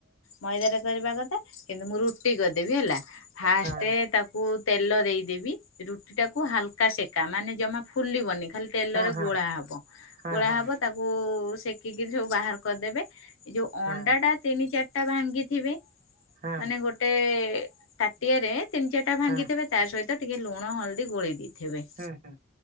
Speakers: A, on the left; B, on the right.
A: ମଇଦାରେ କରିବା କଥା କିନ୍ତୁ ମୁଁ ରୁଟି କରିଦେବି ହେଲା ଫାଷ୍ଟ
B: ହଁ
A: ତାକୁ। କୁ ତେଲ ଦେଇଦେବି ରୁଟି ଟାକୁ ହାଲକା ସେକା ମାନେ ଜମା ଫୁଲିବନି। ଖାଲି ତେଲରେ
B: ହଁ ହଁ
A: ଗୋଳା ହବ
B: ହଁ
A: ଗୋଳା
B: ହଁ
A: ହବ ତାକୁ ସେକିକିରି ସବୁ ବାହାର କରିଦେବେ। ଏଇ ଯୋଉ ଅଣ୍ଡା
B: ହଁ
A: ଟା ତିନି ଚାରିଟା ଭାଙ୍ଗିଥିବେ
B: ହଁ
A: ମାନେ ଗୋଟେ ଗୋଟେ ତାଟିଆରେ ତିନି ଚାର ଟା ଭାଙ୍ଗିଥିବେ
B: ହଁ ହଁ
A: ତା ସହିତ ଟିକେ ଲୁଣ ହଳଦୀ ଗୋଳେଇ ଦେଇଥିବେ।
B: ହୁଁ।